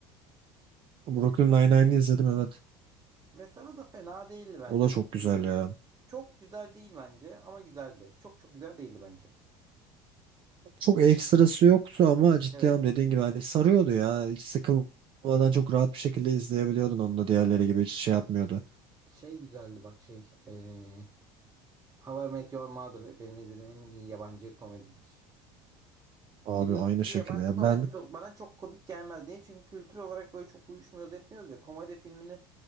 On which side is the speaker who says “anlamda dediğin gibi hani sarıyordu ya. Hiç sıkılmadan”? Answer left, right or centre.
Right